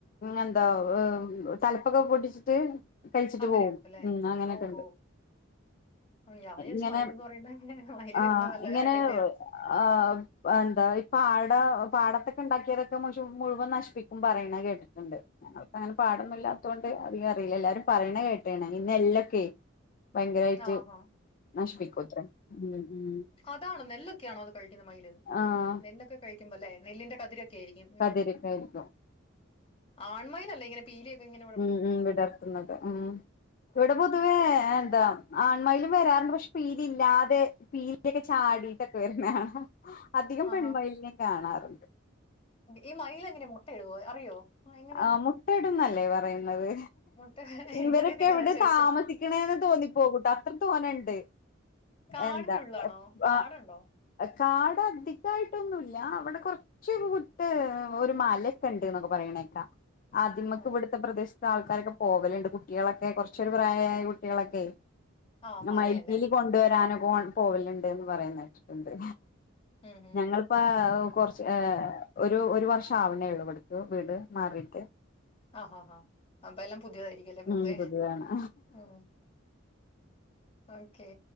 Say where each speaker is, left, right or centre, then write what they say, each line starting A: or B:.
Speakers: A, on the left (about 45°); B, on the left (about 30°).
A: എന്താ തലപ്പൊക്കെ പൊടിച്ചിട്ട് കഴിച്ചിട്ട്
B: അങ്ങനെയാക്കും
A: പോവും
B: അല്ലേ
A: ഉം അങ്ങനൊക്കെ
B: ഓഹോ
A: ഉണ്ട്.
B: ഉം, ഞാൻ വിചാരിച്ചു
A: ഇങ്ങനെ
B: മയില്ന്ന് പറയുന്നെ മയില്
A: ആഹ്
B: വരുന്നത് നല്ല
A: ഇങ്ങനെ
B: അടിപൊളിയാണ്
A: ആഹ് പ്പ എന്താ ഇ പാട പാടത്ത ക്കെ ഉണ്ടാക്കിയതൊക്കെ മു മുഴുവൻ നശിപ്പിക്കും പറയണ കേട്ടിട്ടുണ്ട്. അ അങ്ങനെ പാടൊന്നും ഇല്ലാത്തോണ്ട് അധികം അറിയില്ല എല്ലാരും പറയണ കേട്ടക്കണ് ഈ നെല്ലോക്കെ ഭയങ്കരായിട്ട്
B: ആഹാ
A: നശിപ്പിക്കൂത്ര ഉം..
B: അതണോ നെല്ലൊക്കാണോ അത് കഴിക്കുന്ന മൈയില്?
A: ആഹ്
B: ക്കുമ്പോല്ലേ നെല്ലിന്റെ കതിരൊക്കെ ആയിരിക്കും ഉം
A: കതിരൊക്കായിരിക്കും
B: ആൺ മയിലല്ലേ ഇങ്ങനെ പീലിയൊക്കെങ്ങനേ
A: ഉം ഉം വിടർത്തുന്നത് ഉം ഇവിടെ
B: ആഹാ
A: പൊതുവേ എന്താ? ആൺമയിലും വരാറുണ്ട് പക്ഷെ പീല ഇല്ലാതെ പീലൊക്കെ ചാടിട്ടൊക്കെ വരുണേ അധികം
B: ആഹാ
A: പെൺമയലിനെ കാണാറുണ്ട്.
B: ഈ മയിലേങ്ങനെ മുട്ടയ ഇടുവോ അറിയോ? ആ എങ്ങനെയാ
A: ആഹ് മുട്ട ഇടുന്നല്ലേ പറയുന്നത്.
B: മുട്ട എനിക്കറിയത്തില്ല
A: ഇവരൊക്കെ എവിടെ
B: അതാ ചോദിച്ചേ
A: താമസിക്കണെന്ന് തോന്നിപ്പോകൂട്ട അത്രക്ക് തോനേണ്ട്.
B: കാടിന്റെ
A: എന്താ
B: ഉള്ളിലാണോ
A: എപ്പ
B: കാടുണ്ടോ
A: കാട് അധികായിട്ടൊന്നുല്ല അവിടെ കൊറ ച്ച് കുട്ട് ഒരു മലയൊക്കെ ഉണ്ട് എന്നൊക്കെ പറയണേക്കാ ആദമക്കെ
B: ആഹ്
A: ഇവിടുത്തെ പ്രദേശത്ത്. ആൾക്കാരൊക്കെ പോവലുണ്ട് കുട്ടികളൊക്കെ കുറച്ചൊരു പ്രായമായ കുട്ടികളൊക്കെ.
B: ആ മലയല്ലേ
A: മയിൽ പീലികൊണ്ടുവരാന
B: ഉം
A: പോൺ പോവലണ്ട്ന്ന് പറയ കേട്ടിട്ടുണ്ട്
B: ഉം ഉം.
A: ഞങ്ങളിപ്പ കൊറ ച്ച് ഒരു ഒരു വർഷം ആവണേ ഉള്ളു കൊടുക്ക വീട് മാറിയിട്ട്
B: ആഹാ ഹാഎന്തെല്ലാം പുതിയതായിരി ക്കുല്ലെ പുതിയേ
A: ഉം പുതിയതാണ്
B: ഉം ഓക്കെ.